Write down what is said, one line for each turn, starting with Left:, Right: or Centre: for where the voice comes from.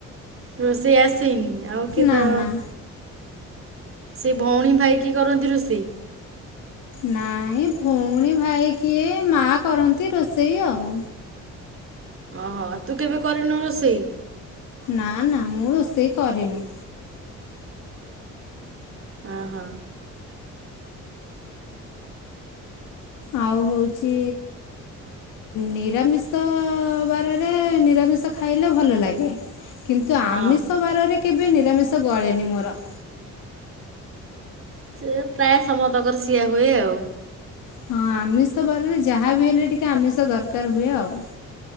Right: ରୋଷେଇ ଆସିନି? ଆଉ କି
Left: ନା
Right: ତ
Left: ନା
Right: ସେ ଭଉଣୀ ଭାଇ କିି କରନ୍ତି ରୋଷେଇ?
Left: ନାଇଁ ଭଉଣୀ ଭାଇ କିଏ ମା କରନ୍ତି ରୋଷେଇ ଆଉ।
Right: ଓହୋ ତୁ କେବେ କରିନୁ ରୋଷେଇ?
Left: ନା ନା ମୁଁ ରୋଷେଇ କରିନି।
Right: ହ ହୋ।
Left: ଆଉ ହଉଛି ନିରାମିଷ ବାରରେ ନିରାମିଷ ଖାଇଲେ ଭଲ ଲାଗେ। କିନ୍ତୁ ଆମିଷ
Right: ହଁ।
Left: ବାରରେ କେବେ ନିରାମିଷ ଗଳେନି ମୋର।
Right: ସେ ପ୍ରାୟ ସମସ୍ତଙ୍କର ସିଆ ହୁଏ ଆଉ।
Left: ହଁ ଆମିଷ ବାରରେ ଯାହାବି ହେଲେ। ଟିକେ ଆମିଷ ଦରକାର ହୁଏ ଆଉ।